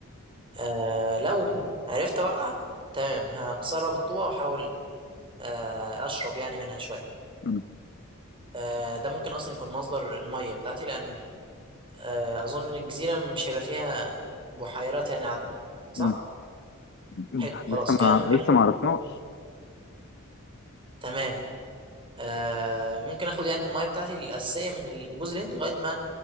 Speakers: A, on the right (about 25°); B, on the left (about 50°).
A: آه، لو عرفت أوقع تمام هكسرها بالطوبة وأحاول آه، أشرب يعني منها شوية
B: مم.
A: آه، ده ممكن اصلا يكون مصدر الميه بتاعتي لان آه، اظن الجزيره مش هيبقى فيها بحيرات يعني عذبه صح
B: مم. مم.
A: حلو خلاص
B: لسه ما
A: كده ممكن
B: لسه
A: اخد
B: ما عرفناش
A: الميه تمام آه، ممكن اخد يعني الميه بتاعتي الاساسيه من جوز الهند لغايه ما